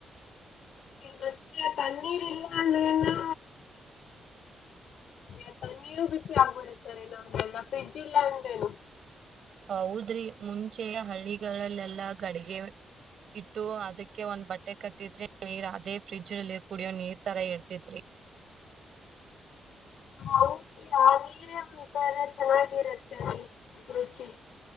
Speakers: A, on the left; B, on the right.
A: ಮತ್ತೆ ಆ ತಣ್ಣೀರ್ ಇಲ್ಲ ಅಂದ್ರೇನು ಆ ತಣ್ಣೀರು ಬಿಸಿ ಆಗ್ಬಿಡತಾರೆ ನಮ್ಗೆಲ್ಲ ಫ್ರಿಡ್ಜ್ ಇಲ್ಲ ಅಂದ್ರೇನು,
B: ಹೌದ್ರಿ ಮುಂಚೆಯ ಹಳ್ಳಿಗಳಲ್ಲೆಲ್ಲಾ ಗಡಿಗೆ ಇಟ್ಟು ಅದಕ್ಕೆ ಒಂದ್ ಬಟ್ಟೆ ಕಟ್ಟಿದ್ರಿ ನೀರ್ ಅದೇ ಫ್ರಿಜ್ ನಲ್ಲಿ ಕುಡಿಯೋ ನೀರ್ ತರ ಇರ್ತಿದ್ರಿ
A: ಹೌದು ಆ ನೀರ್ ಮುಂ ಎಲ್ಲ ಚೆನ್ನಾಗಿರುತ್ತೆ ಅಲ್ಲಿ ಪರುಚಿ